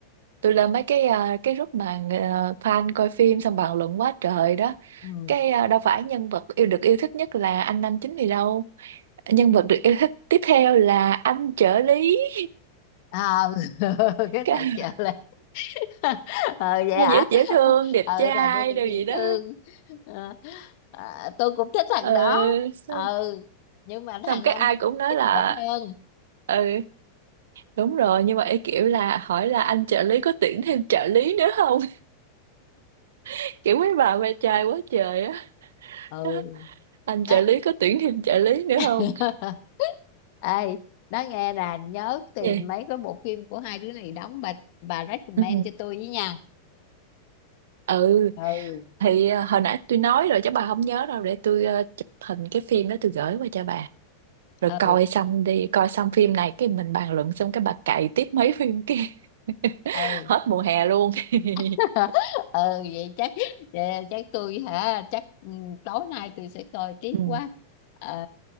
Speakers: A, on the right (about 80°); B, on the left (about 55°).
A: tôi lên mấy cái ờ, cái group mà ờ, fan coi phim xong bàn luận quá trời đó
B: ừ.
A: cái ờ, đâu phải nhân vật yêu được yêu thích nhất là anh nam chính gì đâu nhân vật được yêu thích tiếp theo là anh trợ lý <laughs>
B: ờ <laughs> cái thằng
A: Cái-
B: chợ là <laughs> ừ vậy
A: ai
B: hả
A: dễ dễ thương đẹp
B: ờ
A: trai
B: thằng đó cũng
A: đồ gì
B: dễ
A: đó
B: thương Ờ, à, tôi cũng thích thằng
A: ừ
B: đó
A: x-
B: ừ nhưng mà
A: xong
B: thằng
A: cái
B: Nam
A: ai cũng nói
B: chính
A: là
B: đẹp hơn
A: ừ đúng rồi nhưng mà ấy kiểu là hỏi là anh trợ lý có tuyển thêm trợ lý nữa không <laughs> kiểu mấy bà ve chai quá trời á
B: ừ
A: <laughs> anh trợ
B: đó
A: lý có tuyển thêm trợ lý nữa không
B: <laughs> ê nói nghe nè nhớ tìm
A: Vậy.
B: mấy cái bộ phim của hai đứa này đóng bà bà recommend
A: ừ
B: cho tôi với nha
A: ừ
B: ừ
A: thì ờ, hồi nãy tôi nói rồi chứ bà không nhớ đâu để tôi ờ, chụp hình cái phim đó tôi gửi qua cho bà rồi
B: ừ
A: coi xong đi coi xong phim này cái mình bàn luận xong cái bà cày tiếp mấy phim kia <laughs>
B: ừ
A: hết mùa hè luôn <laughs>
B: <laughs> ừ vậy chắc vậy chắc tôi hả chắc ừ, tối nay tôi sẽ coi tiếp
A: ừ
B: quá Ờ,